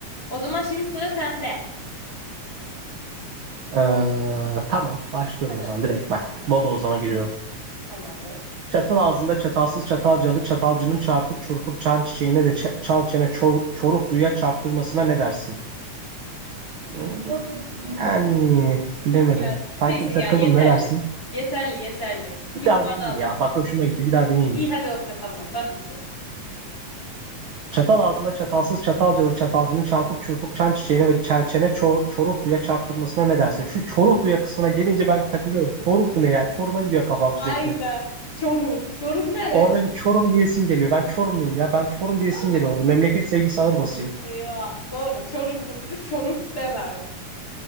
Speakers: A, on the left; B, on the right.
A: O zaman şimdi sıra sende.
B: Ee, tamam başlıyorum
A: Hadi
B: o zaman
A: bakalım.
B: direkt ben.
A: Ha,
B: Bodozlama giriyorum.
A: tamamdır.
B: Çatal ağzında çatalsız çatalcalı çatalcının çarpık çurpuk çan çiçeğine de ç- çal çene çor çoruhluya çarptırmasına ne dersin? Hmm,
A: Nasıl?
B: yani bilemedim.
A: Ya
B: Sanki
A: neyse
B: bir takıldım
A: ya yeterli.
B: ne dersin?
A: Yeterli yeterli.
B: Bir
A: Bir
B: daha
A: puan
B: deneyeyim
A: aldın.
B: ya. Bak hoşuma gitti bir daha deneyeyim
A: İyi
B: mi?
A: hadi oku tamam tabii ki.
B: Çatal ağzında çatalsız çatalcalı çatalcının çarpık çurpuk çan çiçeğine ve çelçene çor çoruhluya çarptırmasına ne dersin? Şu çoruhluya kısmına gelince ben takılıyorum. Çoruhlu ne ya? Çoruma gidiyor kafam sürekli.
A: Aynen. Çoruh. Çoruh nere?
B: Orada bir Çorum diyesim geliyor. Ben Çorumluyum ya. Ben Çorum diyesim
A: Aa,
B: geliyor orada. Memleket sevgisi ağır basıyor.
A: Eyvah. Doğru. Çorumlu biri çoruh demez.